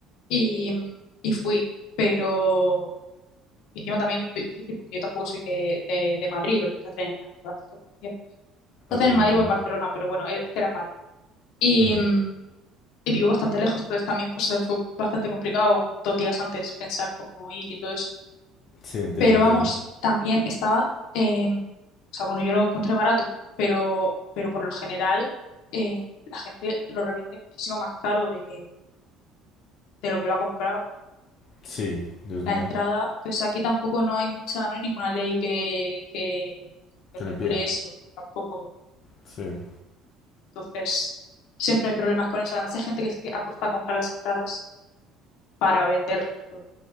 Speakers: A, on the left; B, on the left.
A: y, y fui, pero y encima también es difícil porque yo tampoco soy de, de, de Madrid, donde se hacen aquí las- los conciertos. Se
B: Ok,
A: hacen
B: entiendo.
A: en Madrid o en Barcelona, pero bueno, e, este era en Madrid. Y,
B: Ujú.
A: mm, y vivo bastante lejos, entonces también pues eh, fue bastante complicado dos días antes pensar cómo ir y todo eso.
B: Sí, entiendo,
A: Pero
B: entiendo.
A: vamos, también estaba, eh, o sea, bueno, yo lo encontré barato, pero, pero por lo general eh, la gente lo revende muchísimo más caro de, de lo que lo ha comprado
B: Sí, Dios
A: la
B: mío,
A: entrada. Entonces aquí tampoco no hay mucha, no hay ninguna ley que, que, que
B: que
A: regule
B: le impida.
A: eso, tampoco.
B: Sí.
A: Entonces siempre hay problemas con eso. Además hay gente que es que apuesta a comprar las entradas para venderlas. luego.